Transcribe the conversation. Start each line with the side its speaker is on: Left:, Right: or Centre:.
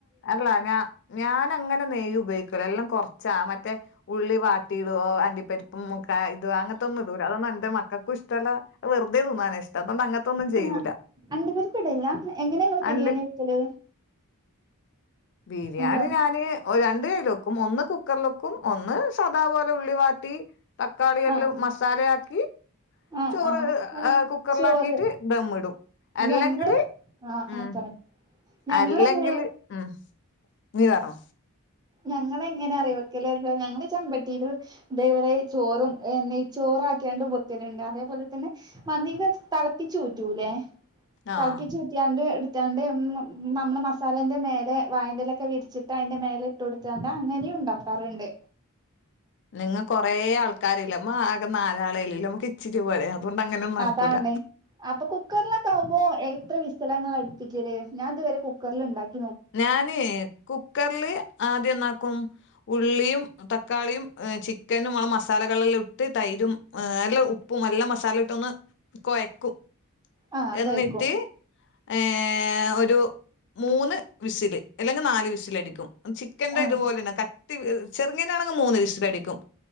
Left: അല്ല ഞാ ഞാൻ അങ്ങനെ നെയ്യ് ഉപയോഗിക്ക ക്കളെല്ലാം കൊറച്ചാ മറ്റേ ഉള്ളി വാട്ടിടും അണ്ടിപരിപ്പും മൂ ഇത് അങ്ങനത്തെന്നുംടുല അതൊന്നും എന്റെ മക്കക്ക് ഇഷ്ടല്ല വെറുതെ തിന്നാന ഇഷ്ടം പറ്റാത്തോണ്ട് അങ്ങത്തൊന്നും ചെയ്യൂല
Right: ആഹ് അണ്ടിപരിപ്പ് ഇടില്ല എങ്ങനെ ഇങ്ങള് ബിരിയാണി
Left: അണ്ടി
Right: വെക്കല്
Left: ബിരിയാണി
Right: ഹലോ
Left: ഞാന് ഒ രണ്ട കിലോ ഒന്ന് കുക്കറൽക്കും ഒന്ന് സദാപലെ ഉള്ളിവാട്ടി തക്കാളിയെല്ലാം
Right: ആഹ്
Left: മസാലയാക്കി
Right: ആഹ്
Left: ചോറ്
Right: ആഹ്
Left: കുക്കറിലാക്കിട്ട്
Right: ചോറ്
Left: ഡമ്മ ഇടും അല്ലെങ്കില്
Right: ഞങ്ങള് ആഹ്
Left: ഉം
Right: ആഹ് പറ ഞങ്ങളെങ്ങനെ
Left: അല്ലെങ്കില് ഉ നെയ് വേണോ
Right: ഞങ്ങളെ എങ്ങനെ അറിയെ വക്കല്ലോ ഞ ചെമ്പട്ടിൽ ഇതെ പോലെ ചോറും നെയ്ചോറും ആക്കിയാണ്ട് പൊക്കലണ്ട് അതേപോലെ തന്നെ ന്നിക ത്തളപ്പിച്ചു ഉറ്റൂല്ലേ
Left: ആഹ്
Right: തളപ്പി ചുറ്റിയാണ്ട് എടുത്താണ്ട് നമ്മള് മസാലേന്റെ മേലെ വായന്റെലൊക്കെ വിരിച്ചിട്ട് ട്ട് അയിന്റെ മേല ഇട്ട കൊടുത്തണ്ട അങ്ങനെയ ഉണ്ടാക്കാറുണ്ട്
Left: നിങ്ങ കൊറേ ആൾക്കാരില്ലമ്മ ആകെ നാലാളെല്ലല്ല നമ്മക്ക് ഇച്ചിരി പോരെ അതുകൊണ്ട് അങ്ങനൊന്നും ആക്കൂല
Right: അതാണ് അപ്പൊ കുക്കറിലൊക്കെ ആകുമ്പോ വിസലാനിങ്ങൾ അടുപ്പിക്കില്ലേ ഞാൻ ഇതുവരെ കുക്കറിൽ ഉണ്ടാക്കി
Left: ഞാന് കുക്കറില് ആദ്യം ന്ന ക്കും ഉള്ളിയും താകാളിയും ചിക്കനും മസാലകളെല്ലാം ഇട്ട് തൈരും ഹെ നല്ല ഉപ്പും നല്ല മസാല ഇട്ടന്ന് കൊയക്കും
Right: ആഹ്
Left: എന്നിട്ട്
Right: കൊഴക്കും
Left: ഏ ഒരു മൂന്ന് വിസില് അല്ലെങ്കിൽ നാല് വിസൽടിക്കും ചിക്കന്റെ
Right: ആഹ്
Left: ഇതുപോലെയ കട്ടി ചെറുങ്ങേനാണെങ്കിൽ മൂന്ന് വിസ്റ്റ് അടിക്കും